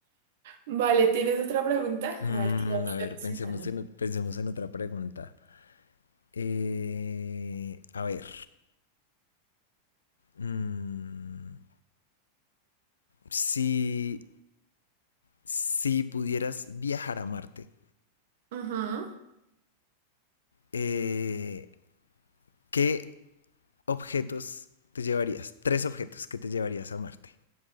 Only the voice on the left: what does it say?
Mm,
a ver,
pensemos en, o- pensemos en otra pregunta. Eh, a ver. Mm, si, si pudieras viajar a Marte,
eh, ¿qué objetos te llevarías? Tres objetos que te llevarías a Marte.